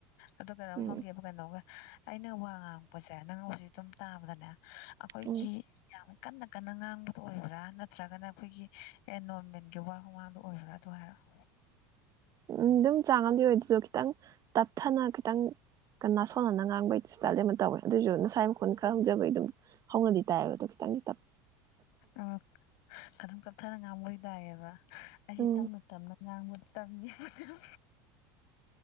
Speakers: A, on the left (about 65°); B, on the right (about 40°).
A: ꯑꯗꯨ ꯀꯩꯅꯣꯝ
B: ꯎꯝ
A: ꯍꯪꯒꯦꯕ ꯀꯩꯅꯣꯝꯒ ꯑꯩꯅ ꯋꯥ ꯉꯥꯡꯉꯛꯄꯖꯦ ꯅꯪ ꯍꯧꯖꯤꯛ ꯑꯗꯨꯝ ꯇꯥꯕꯗꯅꯦ ꯑꯩꯈꯣꯏꯒꯤ
B: ꯎꯝ
A: ꯌꯥꯝ ꯀꯟꯅ ꯀꯟꯅ ꯉꯥꯡꯕꯗꯣ ꯑꯣꯏꯕ꯭ꯔꯥ ꯅꯠꯇ꯭ꯔꯒꯅ ꯑꯩꯈꯣꯏꯒꯤ ꯑꯦ ꯅꯣꯔꯃꯦꯟꯒꯤ ꯋꯥ ꯉꯥꯡꯕꯗꯣ ꯑꯣꯏꯕ꯭ꯔꯥ ꯑꯗꯨ ꯍꯥꯏꯔꯛꯑꯣ
B: ꯎꯝ ꯑꯗꯨꯝ ꯆꯥꯡ ꯑꯃꯗꯤ ꯑꯣꯏ ꯑꯗꯨꯗꯣ ꯈꯤꯇꯪ ꯇꯠꯊꯅ ꯈꯤꯇꯪ ꯅꯥ ꯁꯣꯟꯅꯅ ꯉꯥꯡꯕꯒꯤ ꯏꯁꯇꯥꯏꯜꯗꯤ ꯑꯃ ꯇꯧꯋꯦ ꯑꯗꯨꯏꯖꯨ ꯑꯩ ꯈꯣꯟ ꯈꯪꯗꯕꯩ ꯗꯨꯝ ꯍꯧꯅꯗꯤ ꯇꯥꯏꯌꯦꯕ ꯑꯗꯣ ꯈꯤꯇꯪꯗꯤ ꯇꯞ
A: ꯑ ꯑꯗꯨꯝ ꯀꯞ ꯁꯥꯅ ꯉꯥꯡꯕ ꯑꯣꯏ ꯇꯥꯏꯌꯦꯕ ꯑꯩ
B: ꯎꯝ
A: ꯇꯞꯅ ꯇꯞꯅ ꯉꯥꯡꯕ ꯇꯝ ꯅꯤ ꯍ ꯍ ꯍ